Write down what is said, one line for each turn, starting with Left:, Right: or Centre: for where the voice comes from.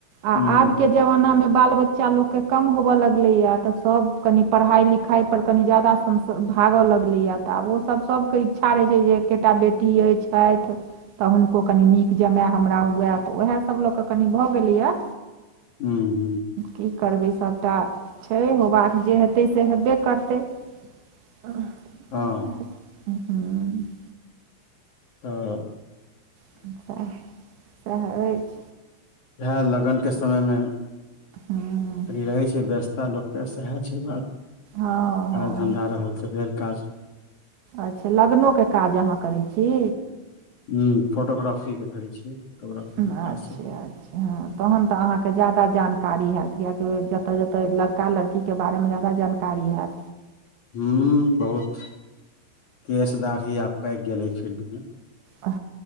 Right: आ
Left: हुँ
Right: आब के जमाना मे बाल बच्चा लोकके कम होबय लगलै या तऽ सब कनि पढ़ाई लिखाई पर कनि जादा हम भाग लगलैए तऽ आब ओसभ सभके इच्छा रहै छै जे एकटा बेटी अइ छथ तऽ हुनको कनि नीक जमायए हमरा हुए तऽ उएहसभ लऽ कऽ कनि भऽ गेलैए
Left: हू हू
Right: की करबै सभटा छै होबाक जे हेतै से हेबे करतै हू
Left: हँ तऽ
Right: सएहै से यैछ
Left: वए लगनके समयमे
Right: हँ
Left: कनि रहै छै व्यस्तता लोक त सएह छै बात
Right: हँ
Left: काज धन्धा रहल तऽ भेल काज
Right: अच्छा लगनोके काज अहाँ करैत छी
Left: ह फोटोग्राफीके करै छियै फोटोग्राफीके
Right: अच्छा
Left: काज छै
Right: अच्छा हँ तहन तऽ अहाँके जादा जानकारी हएत कियकि जतय जतय लड़का लड़की ची के बारेमे जादा जानकारी हएत
Left: हूं बहुत केश दाढ़ी आब पाकि गेलैछ फिल्ड मे
Right: हा